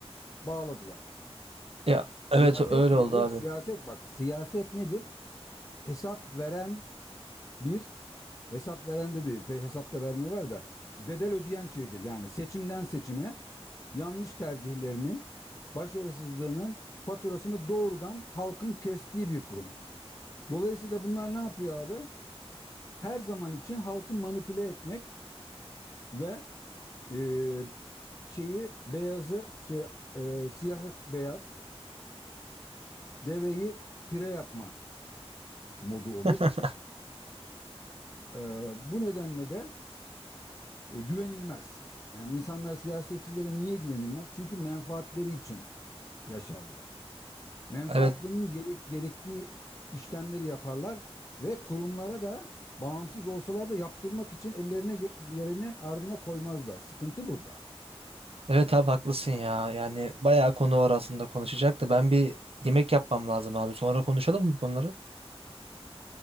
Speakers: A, on the left; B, on the right.
A: bağladılar.
B: Ya
A: Siyaset
B: evet öyle
A: nedir?
B: oldu abi.
A: Siyaset bak siyaset nedir? Hesap veren bir hesap veren de değil pek hesap da vermiyorlar da bedel ödeyen şeydir. Yani seçimden seçime yanlış tercihlerinin başarısızlığının faturasını doğrudan halkın kestiği bir kurum. Dolayısıyla bunlar ne yapıyor abi? Her zaman için halkı manipüle etmek ve Ee, şeyi beyazı şey e, siyahı beyaz deveyi pire yapma modu olur.
B: <laughs>
A: Ee, bu nedenle de e, güvenilmez. Yani insanlar siyasetçilere niye güvenilmez? Çünkü menfaatleri için yaşarlar. Menfaatlerinin
B: Evet
A: gerek, gerektiği işlemleri yaparlar ve kurumlara da bağımsız olsalar da yaptırmak için ellerine yerine ardına koymazlar. Sıkıntı burada.
B: Evet abi haklısın ya. Yani bayağı konu var aslında konuşacak da ben bir yemek yapmam lazım abi. Sonra konuşalım mı bu konuları?